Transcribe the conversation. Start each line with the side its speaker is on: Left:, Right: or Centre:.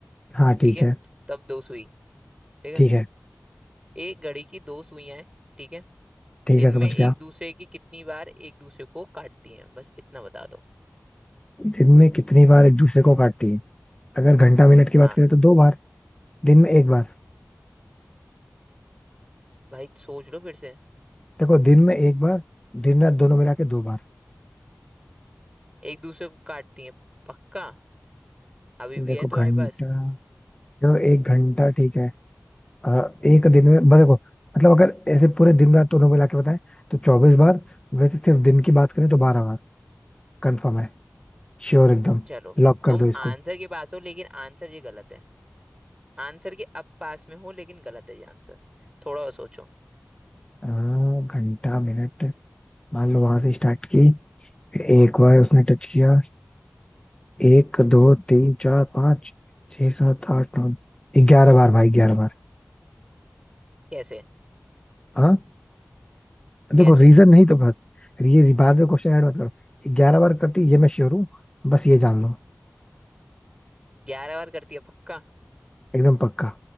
Left: हाँ ठीक
Right: ठीक है
Left: है
Right: तो अब दो सुई ठीक है
Left: ठीक है
Right: एक घड़ी की दो सुइयां हैं ठीक है
Left: ठीक
Right: दिन
Left: है समझ
Right: में एक
Left: गया
Right: दूसरे की कितनी बार एक दूसरे को काटती हैं बस इतना बता दो
Left: दिन में कितनी बार एक दूसरे को काटती है अगर घंटा मिनट की बात
Right: हाँ
Left: करें तो दो बार दिन में एक बार
Right: भाई सोच लो फिर से
Left: देखो दिन में एक बार दिन रात दोनों मिला के दो बार
Right: एक दूसरे को काटती हैं पक्का अभी भी
Left: देखो
Right: है तुम्हारे
Left: घंटा
Right: पास
Left: देखो एक घंटा ठीक है अ, एक दिन में मतलब देखो मतलब अगर ऐसे पूरे दिन रात दोनों मिला के बताएं तो चौबीस बार वैसे सिर्फ दिन की बात करें तो बारह बार कंफर्म है श्योर एकदम
Right: चलो
Left: लॉक कर
Right: तुम
Left: दो इसको
Right: आंसर के पास हो लेकिन आंसर ये गलत है आंसर के अब पास में हो लेकिन गलत है ये आंसर थोड़ा और सोचो
Left: अ, घंटा मिनट मान लो वहां से स्टार्ट की एक बार उसने टच किया एक दो तीन चार पाँच छह सात आठ नौ ग्यारह बार भाई ग्यारह बार
Right: कैसे
Left: हाँ देखो
Right: कैसे
Left: रीजन नहीं तो बस ये बाद में क्वेश्चन ऐड मत करो ग्यारह बार करती ये मैं श्योर हूँ बस ये जान लो
Right: ग्यारह बार करती है पक्का
Left: एकदम पक्का